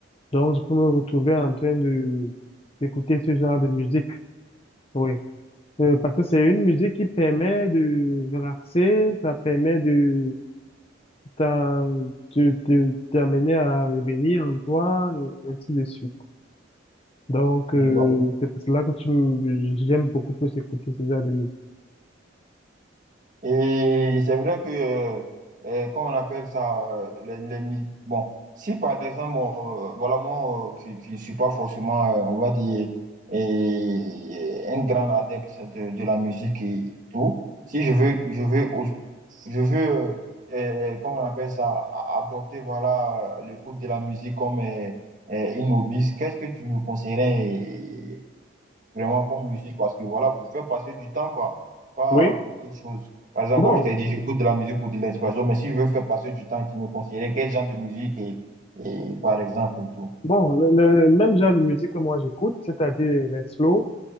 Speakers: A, on the left; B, on the right.
A: donc je peux me retrouver en train de d'écouter ce genre de musique. Oui. Euh, parce que c'est une musique qui permet de relaxer, ça permet de t'en- de- de- t'amener à revenir en toi, et ainsi de suite. Donc,
B: tu
A: euh,
B: vois.
A: c'est pour cela que tu, me- j'aime beaucoup plus écouter ce genre de musique.
B: Et c'est vrai que, euh, euh, comment on appelle ça, euh, les, les mi- bon, si par exemple, on, euh, voilà, moi, euh, qui, qui ne suis pas forcément, euh, on va dire, euh, un grand adepte de, de la musique et tout, si je veux, je veux, au- je veux, euh, euh, comment on appelle ça, a- adopter, voilà, euh, l'écoute de la musique comme euh, euh, une hobby, qu'est-ce que tu me conseillerais vraiment comme musique parce que voilà, pour faire passer du temps, quoi, pas
A: Oui.
B: pour d'autres choses. Par exemple,
A: Bon,
B: comme je t'ai dit, j'écoute de la musique pour de l'inspiration, mais si je veux faire passer du temps, tu me conseillerais quel genre de musique et, et par exemple et tout.
A: bon, le, le même genre de musique que moi j'écoute, c'est-à-dire les slow.